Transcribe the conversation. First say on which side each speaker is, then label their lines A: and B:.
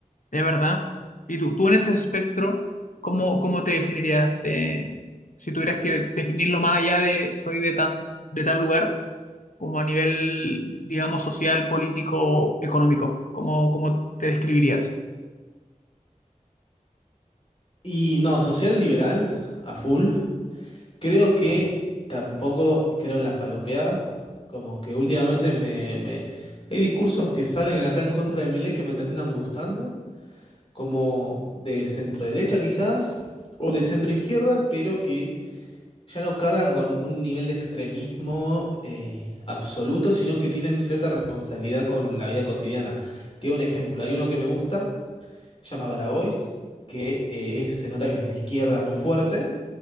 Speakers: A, on the left (about 80°); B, on the left (about 45°).
A: de verdad. Y tú, tú en ese espectro, ¿cómo, cómo te definirías? eh, si tuvieras que definirlo más allá de soy de tan, de tal lugar, como a nivel, digamos, social, político, económico, ¿cómo, cómo te describirías?
B: Y no, social liberal, a full, creo que tampoco creo en la falopeada, como que últimamente me, me... Hay discursos que salen acá en contra de Milei que me terminan gustando. como de centro derecha quizás, o de centro izquierda, pero que ya no cargan con un nivel de extremismo eh, absoluto, sino que tienen cierta responsabilidad con la vida cotidiana. Te doy un ejemplo, hay uno que me gusta, se llama Grabois, que eh, es- se nota que es de una izquierda muy fuerte,